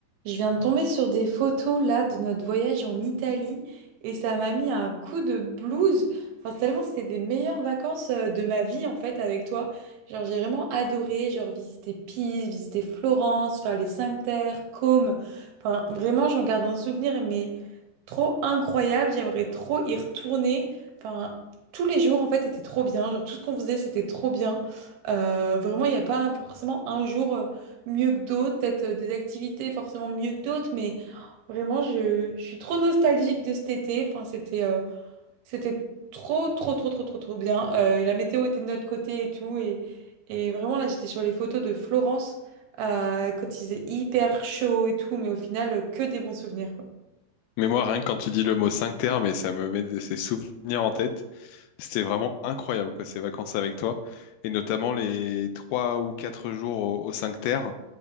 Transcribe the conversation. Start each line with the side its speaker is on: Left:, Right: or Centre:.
Right: Je viens de tomber sur des photos là de notre voyage en Italie et ça m'a mis un coup de blues. Enfin, tellement c'était des meilleures vacances euh, de ma vie en fait avec toi. Genre j'ai vraiment adoré, genre visiter Pise, visiter Florence, faire les Cinq Terres, Côme. Enfin vraiment j'en garde un souvenir mais trop incroyable. J'aimerais trop y retourner. Enfin tous les jours en fait étaient trop bien. Genre tout ce qu'on faisait c'était trop bien. Euh, vraiment il n'y a pas forcément un jour. euh, mieux que d'autres, peut-être euh, des activités forcément mieux que d'autres, mais vraiment, je, je suis trop nostalgique de cet été. Enfin, c'était euh, c'était trop, trop, trop, trop, trop, trop bien. Euh, et la météo était de notre côté et tout. Et, et vraiment, là, j'étais sur les photos de Florence euh, quand il faisait hyper chaud et tout, mais au final, euh, que des bons souvenirs.
Left: Mais moi, rien que quand tu dis le mot terres, mais ça me met de- ces souvenirs en tête. C'était vraiment incroyable, quoi, ces vacances avec toi. Et notamment les trois ou quatre jours au, au terres.